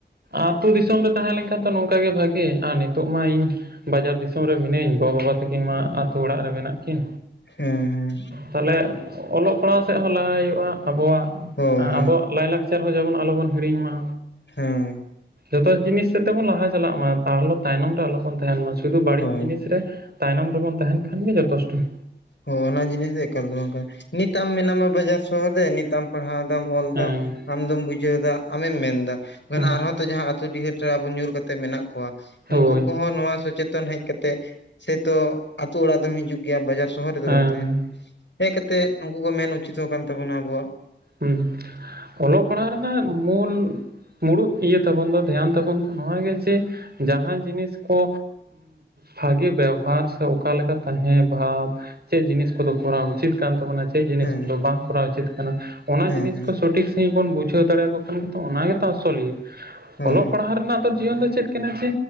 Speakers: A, on the right; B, on the left.
A: ᱟᱹᱛᱩ ᱫᱤᱥᱚᱢ ᱨᱮ ᱛᱟᱦᱮᱸ ᱞᱮᱱᱠᱷᱟᱱ ᱛᱚ ᱱᱚᱝᱠᱟ ᱜᱮ ᱵᱷᱟᱹᱜᱮ ᱟᱨ ᱱᱤᱛᱚᱜ ᱢᱟ ᱤᱧ ᱵᱟᱡᱟᱨ ᱫᱤᱥᱚᱢ ᱨᱮ ᱢᱤᱱᱟᱹᱧ, ᱜᱚ-ᱵᱟᱵᱟ ᱛᱤᱠᱤᱱ ᱢᱟ ᱟᱹᱛᱩ ᱚᱲᱟᱜ ᱨᱮ ᱢᱮᱱᱟᱜ ᱠᱤᱱ᱾
B: ᱦᱩᱸ
A: ᱛᱟᱦᱚᱞᱮ ᱚᱞᱚᱜ ᱯᱟᱲᱦᱟᱣ ᱥᱮᱫ ᱦᱚᱸ ᱞᱟᱜᱟᱣ ᱦᱩᱭᱩᱜᱼᱟ, ᱟᱵᱚᱣᱟᱜ
B: ᱦᱳᱭ
A: ᱟᱵᱚᱣᱟᱜ ᱞᱟᱹᱭ-ᱞᱟᱹᱠᱪᱟᱨ ᱞᱟᱠᱪᱟᱨ ᱦᱚᱸ ᱡᱮᱢᱚᱱ ᱟᱞᱚᱵᱚᱱ ᱦᱤᱲᱤᱧ ᱢᱟ
B: ᱦᱳᱭ᱾
A: ᱡᱚᱛᱚ ᱡᱤᱱᱤᱥ ᱥᱮᱫ ᱛᱮ ᱵᱚᱱ ᱞᱟᱦᱟ ᱪᱟᱞᱟᱜ ᱢᱟ, ᱛᱟᱦᱚᱞᱮ ᱛᱟᱭᱱᱚᱢ ᱨᱮ ᱟᱞᱚᱵᱚᱱ ᱛᱟᱦᱮᱱ ᱢᱟ ᱥᱩᱫᱩ ᱵᱟᱹᱲᱤᱡ
B: ᱦᱳᱭ
A: ᱡᱤᱱᱤᱥ ᱨᱮ ᱛᱟᱭᱱᱚᱢ ᱨᱮᱵᱚᱱ ᱛᱟᱦᱮᱱ ᱠᱷᱟᱱ ᱜᱮ ᱡᱚᱛᱷᱮᱥᱴᱚ᱾
B: ᱦᱚᱸ ᱚᱱᱟ ᱡᱤᱱᱤᱥ ᱫᱚ ᱮᱠᱟᱞ ᱫᱚ ᱵᱟᱝ ᱠᱟᱱᱟ, ᱱᱤᱛ ᱟᱢ ᱢᱮᱱᱟᱢᱟ ᱵᱟᱡᱟᱨ ᱥᱚᱦᱚᱨ ᱨᱮ, ᱱᱤᱛ ᱟᱢ ᱯᱟᱲᱦᱟᱣ ᱮᱫᱟᱢ, ᱚᱞ
A: ᱦᱮᱸ
B: ᱮᱫᱟᱢ, ᱟᱢ ᱫᱚᱢ ᱵᱩᱡᱷᱟᱹᱣ ᱮᱫᱟ, ᱟᱢᱮᱢ ᱢᱮᱱ ᱮᱫᱟ,
A: ᱦᱮᱸ
B: ᱟᱨᱦᱚᱸ ᱛᱚ ᱡᱟᱦᱟᱸ ᱟᱹᱛᱩ ᱫᱤᱦᱟᱹᱛ ᱨᱮ ᱟᱵᱚ ᱧᱩᱨ ᱠᱟᱛᱮᱫ ᱢᱮᱱᱟᱜ ᱠᱚᱣᱟ,
A: ᱦᱳᱭ
B: ᱩᱱᱠᱩ ᱠᱚᱦᱚᱸ ᱱᱚᱣᱟ ᱥᱚᱪᱮᱛᱚᱱ ᱦᱮᱡ ᱠᱟᱛᱮᱫ ᱥᱮᱛᱚ ᱟᱹᱛᱩ ᱚᱲᱟᱜ ᱫᱚᱢ ᱦᱤᱡᱩᱜ ᱜᱮᱭᱟ, ᱵᱟᱡᱟᱨᱼᱥᱚᱦᱚᱨ ᱨᱮᱫᱚ
A: ᱦᱮᱸ
B: ᱵᱟᱢ ᱛᱟᱦᱮᱱᱼᱟ᱾ ᱦᱮᱡ ᱠᱟᱛᱮᱜ ᱩᱱᱠᱩ ᱠᱚ ᱢᱮᱱ ᱩᱪᱤᱛᱚ ᱦᱚᱸ ᱠᱟᱱ ᱛᱟᱵᱚᱱᱟ, ᱟᱵᱚᱣᱟᱜ᱾
A: ᱦᱮᱸ ᱚᱞᱚᱜᱼᱯᱟᱲᱦᱟᱣ ᱨᱮᱱᱟᱜ ᱢᱩᱞ ᱢᱩᱲᱩᱫ ᱤᱭᱟᱹ ᱛᱟᱵᱚᱱ ᱫᱚ ᱫᱷᱮᱭᱟᱱ ᱛᱟᱵᱚᱱ ᱫᱚ ᱱᱤᱭᱟ ᱜᱮ ᱡᱮ ᱡᱟᱦᱟᱱ ᱡᱤᱱᱤᱥ ᱠᱚ ᱵᱷᱟᱹᱜᱮ ᱵᱮᱣᱦᱟᱨ ᱥᱮ ᱚᱠᱟ ᱞᱮᱠᱟ ᱛᱟᱦᱮᱸ ᱵᱷᱟᱵᱽ ᱪᱮᱫ ᱡᱤᱱᱤᱥ ᱠᱚᱫᱚ ᱠᱚᱨᱟᱣ ᱩᱪᱤᱛ ᱠᱟᱱ ᱛᱟᱵᱚᱱᱟ? ᱪᱮᱫ ᱡᱤᱱᱤᱥ
B: ᱦᱮᱸ
A: ᱠᱚᱫᱚ ᱵᱟᱝ ᱠᱚᱨᱟᱣ ᱩᱪᱤᱛ ᱠᱟᱱᱟ? ᱚᱱᱟ
B: ᱦᱮᱸ
A: ᱡᱤᱱᱤᱥ
B: ᱦᱮᱸ
A: ᱠᱚ ᱥᱚᱴᱷᱤᱠ ᱥᱟᱺᱦᱤᱡ ᱵᱚᱱ ᱵᱩᱡᱷᱟᱹᱣ ᱫᱟᱲᱮᱭᱟ ᱠᱚ ᱠᱷᱟᱱ ᱜᱮᱛᱚ, ᱚᱱᱟ ᱜᱮᱛᱚ ᱟᱥᱚᱞ ᱤᱭᱟᱹ
B: ᱦᱳᱭ
A: ᱚᱞᱚᱜ ᱯᱟᱲᱦᱟᱜ ᱨᱮᱱᱟᱜ ᱫᱚ ᱡᱤᱭᱚᱱ ᱫᱚ ᱪᱮᱫ ᱠᱟᱱᱟ ᱡᱮ